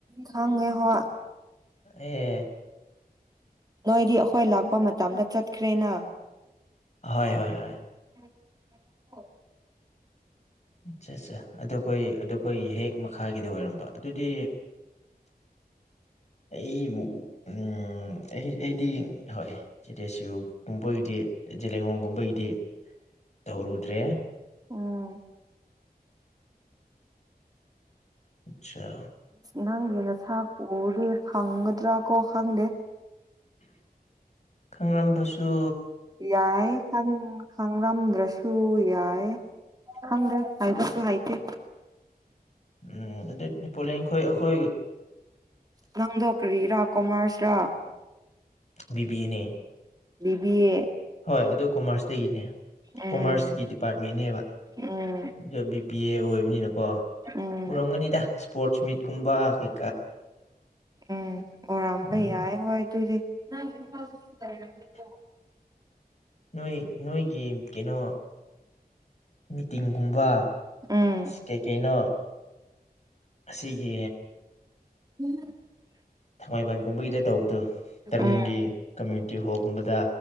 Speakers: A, on the right; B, on the left.
A: ꯈꯪꯉꯦ ꯍꯣꯏ
B: ꯑꯦ
A: ꯅꯣꯏꯗꯤ ꯑꯩꯈꯣꯏ ꯂꯥꯛꯄ ꯃꯇꯝꯗ ꯆꯠꯈ꯭ꯔꯦꯅ
B: ꯍꯣꯏ ꯍꯣꯏ ꯍꯣꯏ
A: ꯍ
B: ꯑꯠꯆꯥ ꯑꯠꯆꯥ ꯑꯗꯣ ꯑꯩꯈꯣꯏ ꯑ ꯑꯩꯈꯣꯏꯒꯤ ꯍꯦꯛ ꯃꯈꯥꯒꯤꯗ ꯑꯣꯏꯔꯝꯕ ꯑꯗꯨꯗꯤ ꯑꯩ ꯎꯝ ꯑꯩ ꯑꯩꯗꯤ ꯍꯣꯏ ꯆꯦꯇꯦꯆꯌꯨꯔꯒꯨꯝꯕꯒꯤꯗꯤ ꯂꯡꯂꯣꯡꯒꯨꯝꯕꯒꯤꯗꯤ ꯇꯧꯔꯨꯗ꯭ꯔꯦ
A: ꯎꯝ
B: ꯑꯆꯥꯆꯥ
A: ꯅꯪꯒꯤ ꯅꯁꯥ ꯀꯎꯗꯦ ꯈꯪꯒꯗ꯭ꯔꯥ ꯀꯣ ꯈꯪꯗꯦ
B: ꯈꯪꯂꯝꯝꯕꯁꯨ
A: ꯌꯥꯏ ꯈꯪꯉꯝꯗ꯭ꯔꯁꯨ ꯁꯨ ꯌꯥꯏ ꯈꯪꯗꯦ ꯍꯥꯏꯕꯁꯨ ꯍꯥꯏꯇꯦ
B: ꯎꯝ ꯑꯗꯨꯩ ꯄꯣꯂꯤꯡꯈꯣꯏ ꯑꯩꯈꯣꯏ
A: ꯅꯥꯡꯗꯣꯛꯈꯔꯤꯔꯥ ꯀꯨꯃꯥꯔꯁꯤꯔꯥ
B: ꯕꯤ ꯕꯤ ꯑꯦꯅꯦ
A: ꯕꯤ ꯑꯦ
B: ꯍꯣꯏ ꯑꯗꯨ ꯀꯣꯃꯔꯁꯇꯒꯤꯅꯦ
A: ꯎꯝ
B: ꯀꯣꯃꯔꯁꯀꯤ ꯗꯤꯄꯥꯔꯠꯃꯦꯟꯅꯦꯕ
A: ꯎꯝ
B: ꯑ ꯄꯤ ꯑꯦ ꯑꯣꯏꯕꯅꯤꯅꯀꯣ
A: ꯎꯝ
B: ꯎꯔꯝꯒꯅꯤꯗ ꯁ꯭ꯄꯣꯔꯠꯁ ꯃꯤꯠꯀꯨꯝꯕ ꯀꯩ
A: ꯎꯝ ꯑꯣꯔꯝꯕꯩ
B: ꯎꯝ
A: ꯌꯥꯌꯦ ꯍꯣꯏ ꯑꯗꯨꯗꯤ <unintelligible>
B: ꯅꯣꯏ ꯅꯣꯏꯒꯤ ꯀꯩꯅꯣ ꯃꯤꯇꯤꯡꯒꯨꯝꯕ
A: ꯎꯝ
B: ꯀꯩꯀꯩꯅꯣ ꯑꯁꯤꯒꯤ
A: <unintelligible>
B: ꯊꯥꯡꯃꯩꯕꯟꯒꯨꯝꯕꯒꯤꯗ ꯇꯧꯕꯗꯨ ꯇꯔꯨꯡꯒꯤ
A: ꯎꯝ
B: ꯀꯝꯃ꯭ꯌꯨꯅꯤꯇꯤ ꯍꯣꯜꯒꯨꯝꯕꯗ